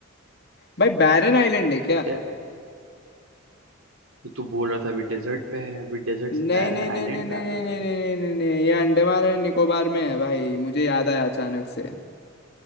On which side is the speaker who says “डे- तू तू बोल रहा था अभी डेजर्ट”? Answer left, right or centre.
Right